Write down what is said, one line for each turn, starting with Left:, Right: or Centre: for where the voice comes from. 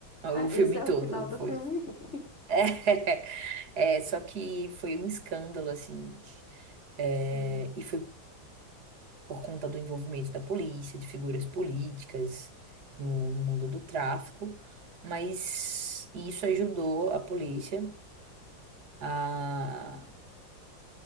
Left: Ah,
Right: o filme
Left: esse é
Right: todo.
Left: o final do
Right: Foi.
Left: filme? <laughs>
Right: <laughs> É, só que foi um escândalo, assim, é,
Left: Sim.
Right: e foi por conta do envolvimento da polícia, de figuras políticas no, no mundo do tráfico, mas isso ajudou a polícia a